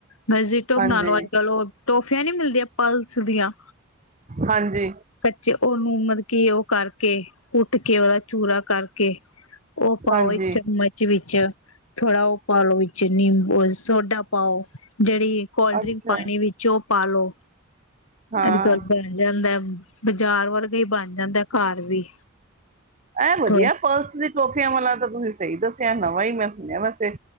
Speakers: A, on the left; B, on the right.
A: ਮਸਜਿਦ ਤੋਂ
B: ਹਾਂਜੀ,
A: ਬਣਾ ਲਓ, ਅੱਜ ਕੱਲ ਉਹ ਟੋਫੀਆਂ ਨੀ ਮਿਲਦੀਆਂ ਪਲਸ ਦੀਆਂ
B: ਹਾਂਜੀ,
A: ਕੱਚੇ, ਉਹਨੂੰ ਮਤਲਬ ਕੀ ਉਹ ਕਰਕੇ ਕੁੱਟ ਕੇ ਉਹਦਾ ਚੂਰਾ ਕਰਕੇ, ਉਹ ਪਾਓ
B: ਹਾਂਜੀ
A: ਇੱਕ ਚਮਚ ਵਿੱਚ, ਥੋੜਾ ਉਹ ਪਾਲੋ ਵਿੱਚ ਨਿੰਬੂ ਅ ਸੋਡਾ ਪਾਓ। ਜਿਹੜੀ ਕੋਲਡ
B: ਅੱਛਾ
A: ਡਰਿੰਕ ਪਾਣੀ ਵਿੱਚੋਂ, ਪਾਲੋ,
B: ਹਾਂ,
A: ਅੱਜ ਕਲ ਬਣ ਜਾਂਦਾ। ਬਾਜ਼ਾਰ ਵਰਗੇ ਹੀ ਬਣ ਜਾਂਦਾ ਘਰ ਵੀ,
B: ਐ ਵਧੀਆ
A: ਥੋੜਾ
B: ਪਲਸ ਦੀ ਟੋਫੀਆ ਵਾਲਾ ਤਾਂ ਤੁਸੀਂ ਸਹੀ ਦੱਸ ਧਿਆਨ ਨਾ ਬਈ ਮੈਂ ਸੁਣਿਆ ਵੈਸੇ,